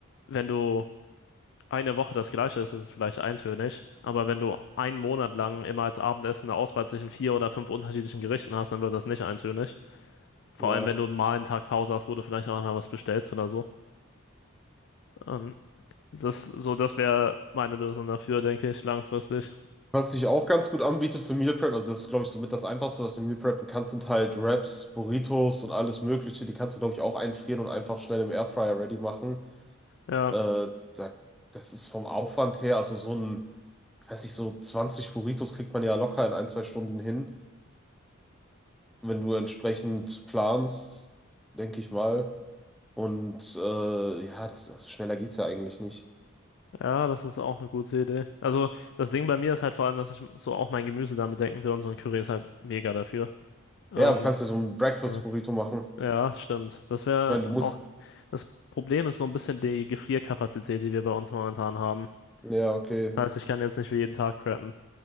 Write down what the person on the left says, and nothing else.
wenn du eine Woche das Gleiche ist, ist es vielleicht eintönig. Aber wenn du einen Monat lang immer als Abendessen eine Auswahl zwischen vier oder fünf unterschiedlichen Gerichten hast, dann wird das nicht eintönig. Vor
allem, wenn du mal einen Tag Pause hast, wo du vielleicht auch einmal was bestellst oder so. Ähm, das so, das wäre meine Lösung dafür, denke ich, langfristig.
Ja,
ja, das ist auch eine gute Idee. Also, das Ding bei mir ist halt vor allem, dass ich so auch mein Gemüse damit denken will und so ein Curry ist halt mega dafür. Ähm,
äh,
Ja, stimmt. Das wäre
auch. Das Problem ist so ein bisschen die Gefrierkapazität, die wir bei uns momentan haben.
Heißt, ich kann jetzt nicht für jeden Tag preppen.